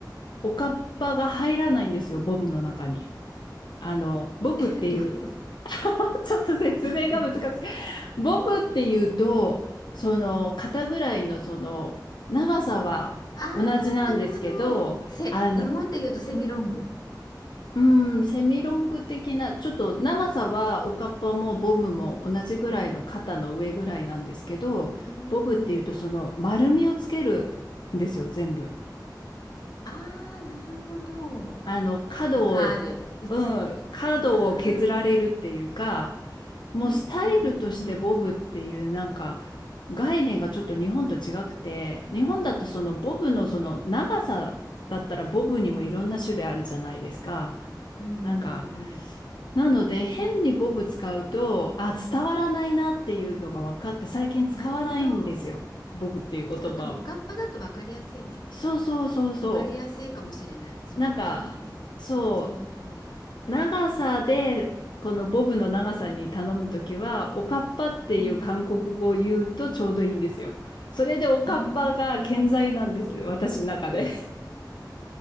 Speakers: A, on the left; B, on the left.
A: おかっぱが入らないんですよ、ボブの中に。あの、ボブっていう、
B: え、どういう。
A: <laughs> ちょっと説明が難しい。
B: <laughs>
A: ボブっていうと、その肩ぐらいのその長さは同じなんですけど、
B: ああなるほど。せ、
A: あの、
B: 日本で言うとセミロング。
A: うん、セミロング的な、ちょっと長さはおかっぱもボブも同じぐらいの肩の上ぐらいなんですけど、
B: うん。
A: ボブっていうとその丸みをつけるんですよ、全部。
B: ああ、なるほど。
A: あの、角を、
B: ちょっとカール、うち、
A: うん、角を削られるっていうか、
B: か、ああ、
A: もうスタイルとしてボブっていうなんか
B: うんうんうん
A: 概念がちょっと日本と違くて、日本だとそのボブのその長さだったらボブにもいろんな種類あるじゃないですか。
B: うんうんうんうんうんうん
A: なんか、なので変にボブ使うと、あ、伝わらないなっていうのが分かって最近使わないんですよ。
B: なるほど。
A: ボブっていう言葉を。
B: じゃあ、でもおかっぱだと分かりやすいね。
A: そうそうそうそ
B: 分かりやすいかもしれない。その、
A: う。なんか、
B: そうだね。
A: そ
B: その通りだ。
A: う。長さで、このボブの長さに頼むときは、おかっぱっていう韓国語を言うとちょうどいいんですよ。
B: うん。
A: それでおかっぱが健在なんです、
B: うーん。
A: 私の中で。